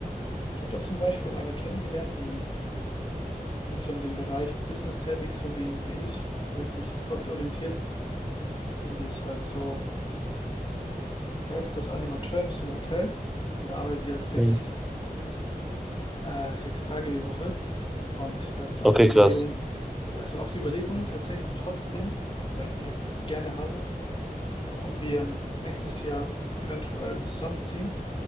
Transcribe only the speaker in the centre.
Mhm.
Okay,
krass.